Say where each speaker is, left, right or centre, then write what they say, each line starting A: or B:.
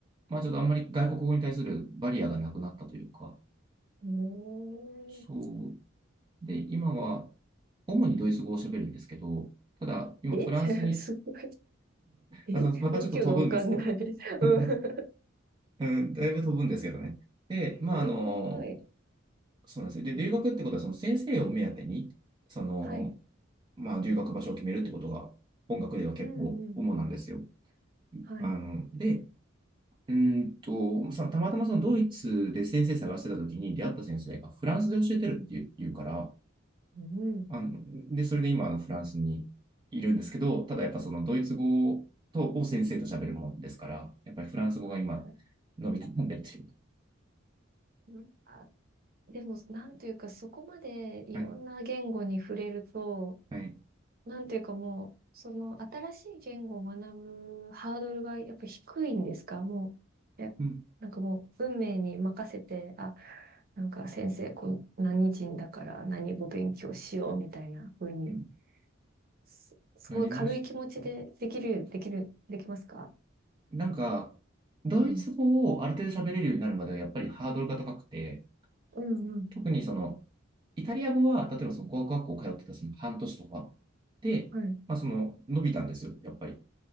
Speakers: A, on the right (about 25°); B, on the right (about 50°).
A: まあ、ちょっとあんまり外国語に対するバリアがなくなったというか、
B: うん。
A: そう。
B: うん。
A: で、今は、主にドイツ語を喋るんですけど、ただ、今、
B: え
A: フランスに、
B: <laughs> すごい。えわけがわかんない。
A: あのまたちょっと飛ぶんですけど、<laughs>
B: うん。
A: うん、だいぶ飛ぶんですけどね。で、まあ、
B: すごい。
A: あの、そうなんですよ。で、留学ってことは、その先生を目当てに、その、
B: はい。
A: まあ、留学場所を決めるってことが、音楽では結構主なんですよ。
B: うん、うん、うん。はい。
A: あの、で、うーんと、さたまたまそのドイツで先生探してた時に出会った先生がフランスで教えてるっていう、
B: うん、
A: 言うから、
B: うん。
A: あの、で、それで今、あの、フランスにいるんですけど、ただやっぱそのドイツ語と、を先生と喋るもんですから、やっぱりフランス語が今、
B: はい、はい。
A: 伸び悩んでるというか。
B: うんあ、でも、なんというか、そこまでいろんな言語に触れると、
A: はい。はい
B: なんていうかもう、その新しい言語を学ぶハードルがやっぱ低いんですかもう、え、
A: うん
B: なんかもう運命に任せて、あ、なんか先生、こう何人だから何語勉強しようみたいな風に、
A: うん
B: す、すごい軽い気持ちでできる、
A: なりましたね。
B: できる、できますか
A: なんか、ドイツ語をある程度喋れるようになるまではやっぱりハードルが高くて、
B: うん。うんうん
A: 特にその、イタリア語は、例えばその語学学校通ってたその半年とかで、
B: うん。はい。
A: まあその、伸びたんですよ、やっぱり。